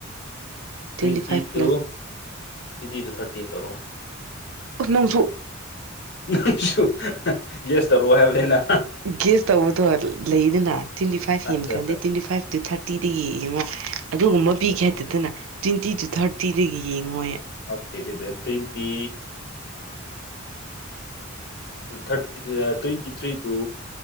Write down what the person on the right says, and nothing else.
twenty
five plus
ꯑ ꯅꯪꯁꯨ
ꯒꯦꯁ ꯇꯧꯕꯗꯣ ꯂ ꯂꯩꯗꯅ ꯇꯨꯏꯟꯇꯤ ꯐꯥꯏꯚ
ꯍꯦꯟꯈ꯭ꯔꯗꯤ
ꯇꯨꯏꯟꯇꯤ ꯐꯥꯏꯚ ꯇꯨ ꯊꯥꯔꯇꯤꯗꯒꯤ ꯌꯦꯡꯉꯣ ꯑꯗꯨꯒꯨꯝꯕ ꯄꯤꯒ‌ꯦ ꯍꯥꯏꯇꯗꯅ ꯇꯨꯏꯟꯇꯤ ꯇꯨ ꯊꯥꯔꯇꯤꯗꯒꯤ ꯌꯦꯡꯉꯣꯏ